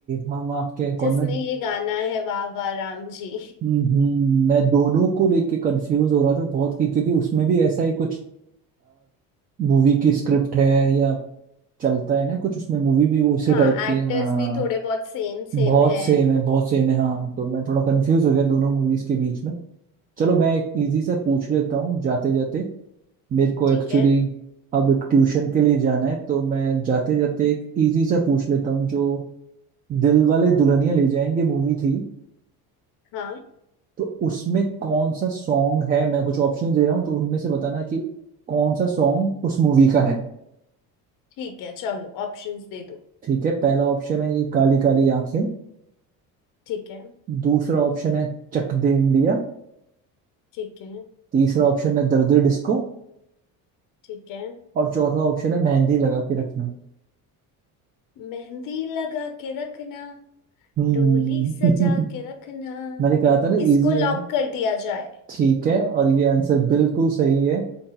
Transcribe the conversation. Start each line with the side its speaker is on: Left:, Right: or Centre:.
Right: हम आपके हैं
Left: जिसमें
Right: कौन मैं
Left: ये गाना है वाह वाह राम जी
Right: हम्म, मैं दोनों को लेके कंफ्यूज हो रहा था बहुत कि क्योंकि उसमें भी ऐसा ही कुछ मूवी की स्क्रिप्ट है या चलता है ना कुछ उसमें मूवी भी वो इसी
Left: हाँ
Right: टाइप की
Left: एक्टर्स
Right: है हाँ
Left: भी थोड़े बहुत सेम
Right: बहुत
Left: सेम हैं
Right: सेम है बहुत सेम है हाँ तो मैं थोड़ा कंफ्यूज हो गया दोनों मूवीज के बीच में चलो मैं एक इजी सा पूछ लेता हूँ जाते जाते मेरे को
Left: ठीक
Right: एक्चुअली
Left: है
Right: अब एक ट्यूशन के लिए जाना है तो मैं जाते जाते एक इजी सा पूछ लेता हूँ जो दिल वाले दुल्हनिया ले जाएंगे मूवी थी
Left: हाँ
Right: तो उसमें कौन सा सॉन्ग है मैं कुछ ऑप्शन दे रहा हूँ तो उनमें से बताना कि कौन सा सॉन्ग उस मूवी का है
Left: ठीक है चलो ऑप्शंस दे दो
Right: ठीक है पहला ऑप्शन है ये काली काली आंखें
Left: ठीक है
Right: दूसरा ऑप्शन है चक दे इंडिया
Left: ठीक है
Right: तीसरा ऑप्शन है दर्द डिस्को
Left: ठीक है
Right: और चौथा ऑप्शन है मेहंदी लगा के रखना
Left: मेहंदी लगा के रखना
Right: हम्म
Left: डोली सजा
Right: <laughs>
Left: के रखना
Right: मैंने कहा था ना
Left: इसको
Right: इजी
Left: लॉक
Right: होना
Left: कर दिया जाए
Right: ठीक है और ये आंसर बिल्कुल सही है